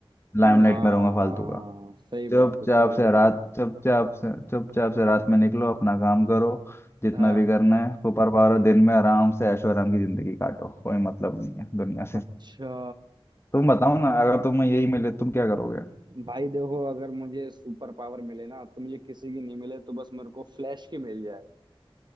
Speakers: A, on the left; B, on the right.
A: लाइमलाइट
B: ये- हाँ
A: में रहूंगा फालतू का
B: सही बात
A: चुपचाप
B: है सही
A: से
B: बात
A: रात
B: है
A: चुपचाप से चुपचाप से रात में निकलो अपना काम करो जितना
B: हाँ
A: भी करना है सुपर पावर दिन में आराम से ऐशो आराम की जिंदगी काटो कोई मतलब नहीं है दुनिया
B: अच्छा
A: से तुम बताओ ना अगर तुम्हें यही मिले तुम क्या करोगे
B: भाई देखो अगर मुझे सुपर पावर मिले ना तो मुझे किसी की नहीं मिले तो बस मेरे को फ्लैश की मिल जाए